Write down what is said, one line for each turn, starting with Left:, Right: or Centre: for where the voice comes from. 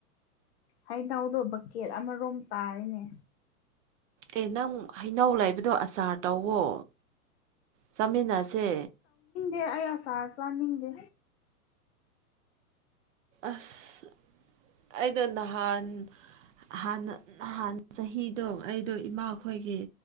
Left: ꯍꯩꯅꯎꯗꯣ ꯕꯛꯀꯦꯠ ꯑꯃꯔꯣꯝ ꯇꯥꯔꯤꯅꯦ
Right: ꯑꯦ ꯅꯪ ꯍꯩꯅꯧ ꯂꯩꯕꯗꯣ ꯑꯆꯥꯔ ꯇꯧꯋꯣ ꯇꯥꯃꯤꯟꯅꯁꯦ
Left: ꯑꯦ ꯑꯩ ꯁꯥꯔ ꯆꯅꯤꯡꯗꯦ
Right: ꯑꯁ ꯑꯩꯗꯣ ꯅꯍꯥꯟꯅ ꯅꯍꯥꯟ ꯆꯍꯤꯗꯣ ꯑꯩꯗꯣ ꯏꯃꯥꯈꯣꯏꯒꯤ